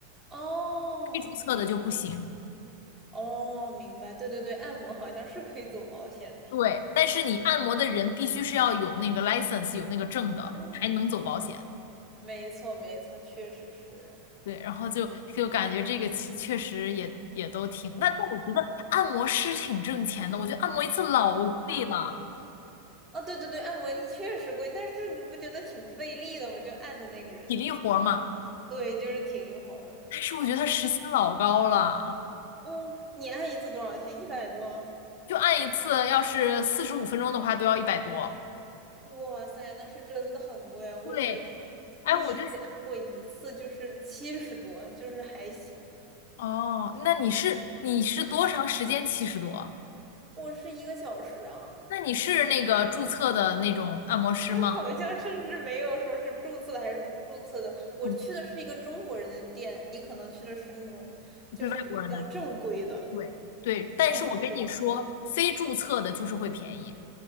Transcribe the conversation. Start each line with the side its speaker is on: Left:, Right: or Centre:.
Right: 哦
Left: 非注册的就不行。
Right: 哦，明白，对对对，按摩好像是可以走保险的。
Left: 对，但是你按摩的人必须是要有那个 license，有那个证的，
Right: 哦，
Left: 才能走保险。
Right: 没错没错，确实是啊。
Left: 对，然后就就感觉这个确确实也也都挺，那但我觉得按摩师挺挣钱的，我觉得按摩一次老贵了，
Right: 嗯，哦，对对对，按摩一次确实贵，但是你不觉得挺费力的吗？就按的那个人，
Left: 体力活儿嘛，
Right: 对，就是体力活。
Left: 但是我觉得他时薪老高了，
Right: 嗯，你按一次多少钱？一百多？
Left: 就按一次要是四十五分钟的话都要一百多。
Right: 哇塞，那是真的很贵啊！我只在
Left: 对，哎，
Right: 密西按过一次，
Left: 我就
Right: 就是七十多，就是还行。
Left: 哦，那你是你是多长时间七十多？
Right: 我是一个小时啊，
Left: 那你是那个注册的那种按摩师吗？
Right: 他好像甚至没有说是注册的还是不注册的。我去的是一个中国人的店，
Left: 嗯，
Right: 你可能去的是那种就是比较正规的，
Left: 对外国人的，对对，但是我跟你说，
Right: 嗯，是吧？
Left: 非注册的就是会便宜，